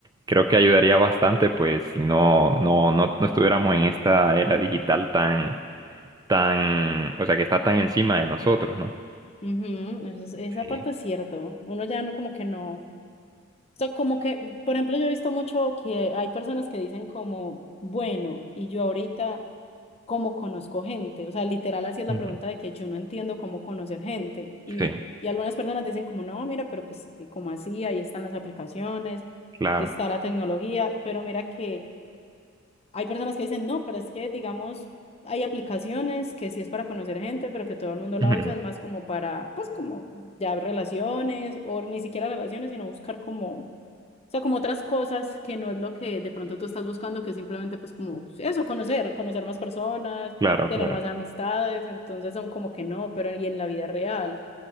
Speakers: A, on the right; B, on the left.
A: creo que ayudaría bastante pues si no, no, no, no estuviéramos en esta era digital tan, tan, o sea, que está tan encima de nosotros, ¿no?
B: Ujú, eso es- esa
A: Sí.
B: parte es cierto. Uno ya no como que no. O sea, como que, por ejemplo, yo he visto mucho que hay personas que dicen como, bueno, y yo ahorita, ¿cómo conozco gente? O sea, literal, así es la
A: Ujú.
B: pregunta de que yo no entiendo cómo conocer gente. Y,
A: Sí,
B: y algunas personas dicen como, no, mira, pero pues, como así? Ahí están las aplicaciones,
A: claro.
B: está la tecnología, pero mira que hay personas que dicen, no, pero es que, digamos, hay aplicaciones que sí es para conocer gente, pero que todo el mundo la
A: <laughs>
B: usa, es más como para, pues, como ya relaciones, o ni siquiera relaciones, sino buscar como o sea, como otras cosas que no es lo que de pronto tú estás buscando, que es simplemente pues como eso, conocer, conocer más personas,
A: Claro,
B: tener
A: claro.
B: más amistades, entonces son como que no, pero y en la vida real.